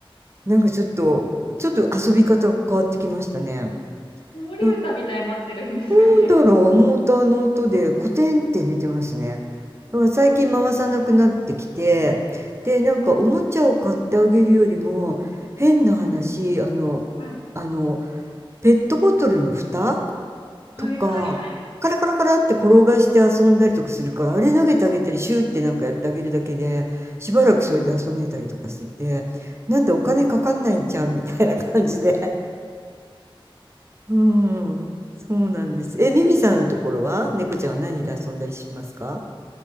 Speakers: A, on the right; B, on the left.
A: なんかちょっと、ちょっと遊び方が変わってきましたね。
B: 子守歌みたいになってるんですかね。
A: ななんだろう、モーターの音でコテンって寝てますね。だから最近回さなくなってきて、
B: ええー、
A: で、
B: あー
A: なんかおもちゃを買ってあげるよりも、変な話、
B: うん、うん、
A: あの、
B: はい、
A: あの、ペットボトルの蓋
B: はい、
A: とか、
B: はい、はい。
A: カラカラカラって転がして遊んだりとかするから、あれ投げてあげたり、シューってなんかやってあげるだけで、しばらくそれで遊んでたりとかしてて、なんだお金かかんないじゃんみたいな感じで。うん。そうなんです。え、ミミさんのところは猫ちゃんは何で遊んだりしますか